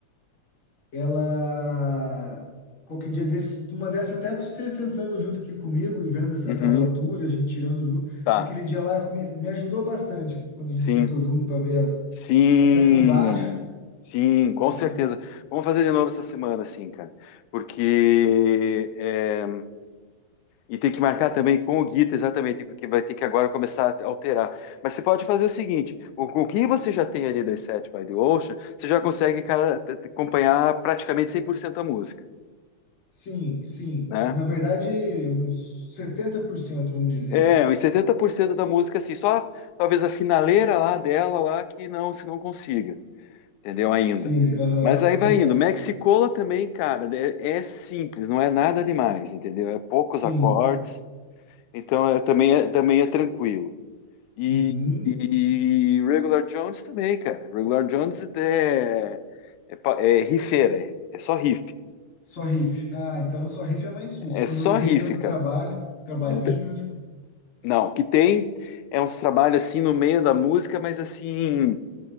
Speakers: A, on the left; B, on the left.
A: ela. Qualquer dia desse, uma dessa, até você sentando junto aqui comigo e vendo essa
B: Uhum.
A: tablatura, a gente tirando junto.
B: Tá.
A: Aquele dia lá me, me ajudou bastante quando a gente
B: Sim.
A: sentou junto para ver as,
B: Sim.
A: até com o baixo,
B: Sim, com
A: entendeu?
B: certeza. Vamos fazer de novo essa semana, sim, cara. Porque é, E tem que marcar também com o Guita, exatamente, porque vai ter que agora começar a alterar. Mas você pode fazer o seguinte: o- com o que você já tem ali das Set by the Ocean, você já consegue, cara, t- t- acompanhar praticamente 100% da música,
A: Sim, sim.
B: né?
A: Na verdade, uns setenta por cento vamos dizer
B: É,
A: assim.
B: uns 70% da música, assim, só talvez a finaleira lá dela, lá, que não, você não consiga, entendeu? Ainda.
A: Sim, aham,
B: Mas aí
A: bem
B: vai indo.
A: dessa.
B: Mexicola também, cara, é, é simples, não é nada demais, entendeu? É poucos
A: Sim,
B: acordes, então é, também, é, também é tranquilo. E,
A: uhum.
B: e Regular Jones também, cara. Regular Jones é, é, pa- é rifeira, é, é só riff.
A: Só riff. Ah, então só riff é mais sujo,
B: É
A: quando
B: só
A: não tem
B: riff,
A: tanto
B: cara.
A: trabalho, trabalhinho,
B: Não, tem-
A: né?
B: não, o que tem é uns trabalhos assim no meio da música, mas assim,